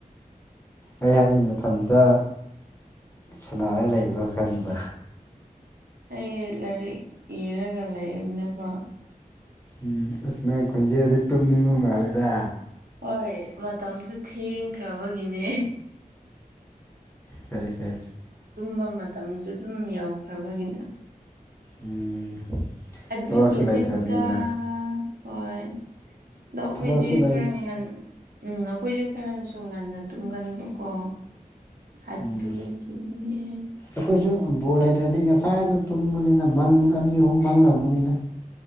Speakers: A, on the left (about 15°); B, on the right (about 85°).
A: ꯑꯩ ꯍꯥꯏꯗꯤ ꯃꯊꯟꯇ ꯁꯅꯥꯔꯒ ꯂꯩꯕ꯭ꯔꯥ ꯈꯟꯕ
B: ꯑꯩ ꯂꯥꯏꯔꯤꯛ ꯏꯔꯒ ꯂꯩꯕꯅꯦꯀꯣ
A: ꯎꯝ ꯑꯁ ꯅꯪ ꯈꯣꯟꯖꯦꯜꯗꯤ ꯇꯨꯝꯅꯤꯡꯕ ꯃꯥꯜꯂꯦꯗ
B: ꯍꯣꯏ ꯃꯇꯝꯁꯨ ꯊꯦꯡꯈ꯭ꯔꯕꯒꯤꯅꯦ
A: ꯐꯩ ꯐꯩ
B: ꯇꯨꯝꯕ ꯃꯇꯝꯁꯨ ꯑꯗꯨꯝ ꯌꯧꯈ꯭ꯔꯕꯒꯤꯅ
A: ꯎꯝ
B: ꯑꯗꯨꯒꯤꯅꯤꯗ
A: ꯊꯕꯛꯁꯨ ꯂꯩꯇ꯭ꯔꯕꯅꯤꯅ
B: ꯍꯣꯏ ꯑꯗꯣ ꯑꯩꯈꯣꯏꯗꯤ
A: ꯊꯕꯛꯁꯨ ꯂꯩꯇꯦ
B: ꯈꯔ ꯉ ꯎꯝ ꯑꯩꯈꯣꯏꯗꯤ ꯈꯔꯁꯨ ꯉꯟꯅ ꯇꯨꯝꯒꯟꯕꯀꯣ ꯑꯗꯨꯒꯤꯅꯦ
A: ꯎꯝ ꯑꯩꯈꯣꯏꯁꯨ ꯕꯣꯜ ꯂꯩꯇ꯭ꯔꯗꯤ ꯉꯁꯥꯏꯅ ꯇꯨꯝꯕꯅꯤꯅ ꯃꯪ ꯑꯅꯤ ꯑꯍꯨꯝ ꯃꯥꯡꯂꯝꯕꯅꯤꯅ